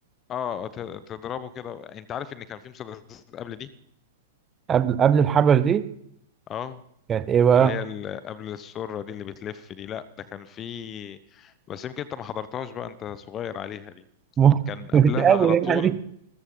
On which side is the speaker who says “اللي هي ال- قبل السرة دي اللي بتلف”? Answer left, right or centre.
Left